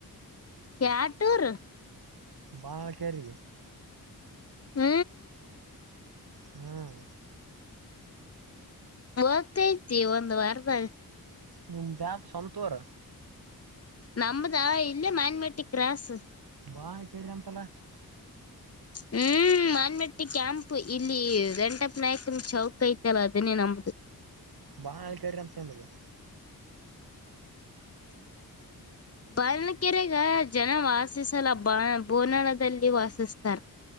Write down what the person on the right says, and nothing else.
ಬಾನಳ ಕೆರಿ
ಹ್ಮ್
ನಿಮ ಬ್ಯಾಸ್ ಸಂತೋರ
ಬಾ ಕೇಳಿ ಅಂತಲ್ಲ
ಬಾಳಳ್ ಕ್ರ ಅಂತ ನಿದು